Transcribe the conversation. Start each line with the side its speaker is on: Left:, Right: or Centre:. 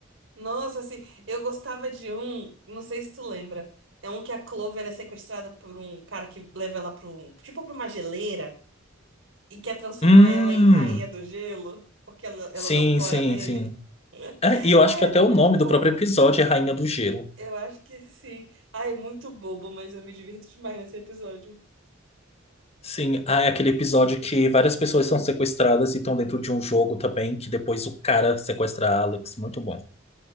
Right: Nossa, assim, eu gostava de um, não sei se tu lembra. É um que a Clover é sequestrada por um cara que leva ela pra um, tipo pra uma geleira e quer transformar
Left: Hum,
Right: ela em rainha do gelo, porque ela, ela
Left: sim,
Right: dá um fora
Left: sim,
Right: nele.
Left: sim.
Right: <laughs>
Left: Ah, e eu acho
Right: Ah,
Left: que
Right: era
Left: até
Right: muito
Left: o nome
Right: bobo.
Left: do próprio episódio é Rainha do Gelo.
Right: Eu acho que sim. Ah, é muito bobo, mas eu me divirto demais nesse episódio.
Left: Sim, ah, é aquele episódio que várias pessoas são sequestradas e estão dentro de um jogo também, que depois o cara sequestra a Alex. Muito bom.